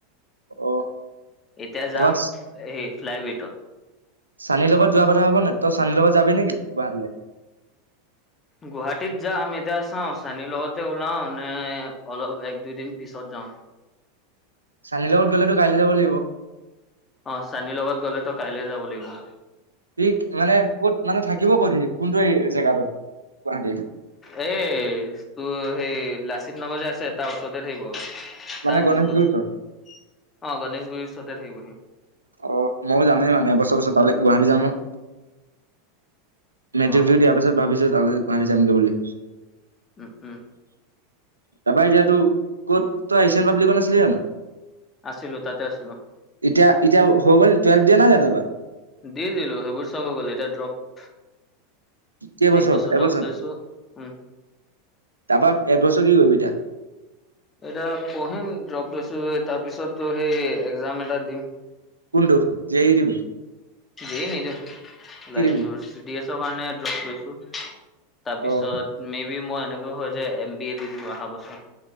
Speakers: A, on the right; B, on the left.
A: অ
B: এতিয়া
A: তাৰপা
B: যাম হ ফ্লাই ভেটত
A: চানীৰ লগত যোৱা কথা হ'ব ন তই চানিৰ লগত যাবি নেকি গুৱাহাটীলৈ
B: গুৱাহাটীত যাম এতিয়া চাও চানীৰ লগতে ওলাও নে অলপ দুদিন পিছত যাওঁ
A: চানীৰ লগত গ'লেতো কাইলৈ যাব লাগিব
B: অ চানিৰ লগত গ'লেতো কাইলে যাব লাগিব
A: স মানে ক'ত মানে থাকিব ক'ত সি কোনটো জেগাটোত গুৱাহাটী
B: এ তোৰ সেই লাচিত নগৰ যে আছে তাৰ ওচৰতে থাকিব
A: মানে
B: তাৰ
A: গণেশগুৰিৰ
B: যোনটো অ
A: ওচৰত?
B: গনেশগুৰিৰ ওচৰতে থাকিবহি
A: অ' ময়ো যামেই মানে এবছৰ পিছত তালৈ গুৱাহাটী যাম নহয়। মেট্ৰিকটো
B: অ
A: দিয়াৰ পিছত ভাবিছো তালৈ গুৱাহাটী যামগৈ বুলি।
B: উম উম
A: তাৰপৰা এতিয়াতো ক'ত তই এছিয়ান পাব্লিকত নাছিলি জানো?
B: আছিলো তাতে আছিলো।
A: এতিয়া এতিয়া হৈ গ'ল টুৱেল্ভ দিয়া নাই জানোবা এইবাৰ।
B: দি দিলো সেইবোৰ চাব হৈ গ'ল এতিয়া ড্ৰপ।
A: কেইবছৰ
B: এক বছৰ
A: এবছৰ?
B: ড্ৰপ লৈছো উম
A: তাৰপৰা এবছৰ কি কৰিবি এতিয়া?
B: এয়া পঢ়িম ড্ৰপ লৈছো তাৰ পিছত সেই একজাম এটা দিম
A: কোনটো জে ই দিবি
B: দেই নিদো
A: কি
B: লাইক
A: দিবি?
B: চি ডি এছৰ কাৰণে ড্ৰপ লৈছো তাৰপিছত
A: অ'
B: মে বি মই এনেকৈ হয় যে এম বি এ দিও অহা বছৰ